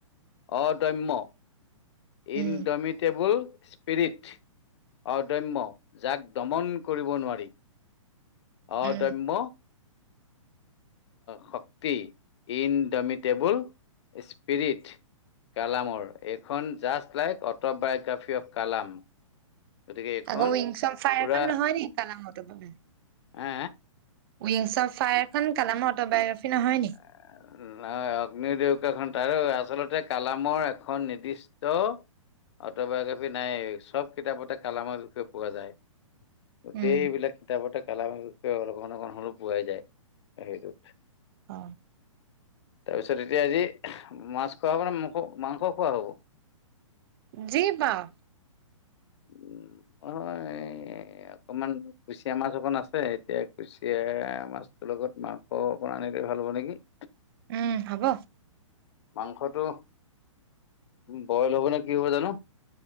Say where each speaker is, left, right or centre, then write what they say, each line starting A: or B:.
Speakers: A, on the left; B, on the right.
A: অদম্য, ইনডমিটেবোল
B: উম
A: স্পিৰিট অদম্য যাক দমন কৰিব নোৱাৰি অদম্য,
B: উম
A: শক্তি ইনডমিটেবোল স্পিৰিট- কালামৰ এইখন just like autobiography of Kalam গতিকে এইখন
B: আকৌ উইংছ অফ ফায়াৰ
A: পুৰা
B: খন নহয়নি কালামৰ <unintelligible>
A: এ
B: উইংছ অফ ফায়াৰখন কালামৰ অট'বায়োগ্ৰাফ নহয় নেকি।
A: উ, ন অগ্নিৰ দেউকাখন তাৰ আচলতে কালামৰ এখন নিৰ্দিষ্ট। অটবায়োগ্ৰাফি নাই চব কিতাপতে কালামৰ বিষয়ে পোৱা যায়। গোটেইবিলাক
B: উম
A: কিতাপতে কালামৰ বিষয়ে অকণমান অকণমান হলেও পোৱাই যায় সেইটোত।
B: অ,
A: তাৰপিছত এতিয়া আজি, আহ মাছ খোৱা হব নে, মাস মাংস খোৱা হ'ব?
B: জি পাও
A: উম, অ, এ অকমান। কুচিয়া মাছ অকন আছে এতিয়া কুচিয়া মাছটোৰ লগত মাংস অকমান আনিলে ভাল হ'ব নেকি? <inaudible>
B: উম হ'ব,
A: মাংসটো বইল হ'ব নে কি হ'ব জানো।